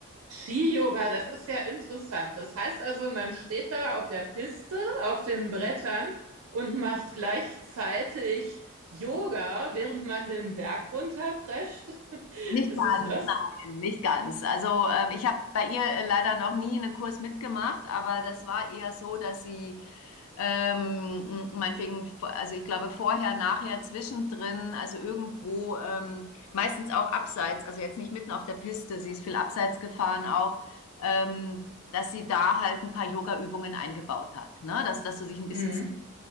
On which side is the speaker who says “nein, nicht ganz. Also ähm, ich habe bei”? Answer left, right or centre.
Left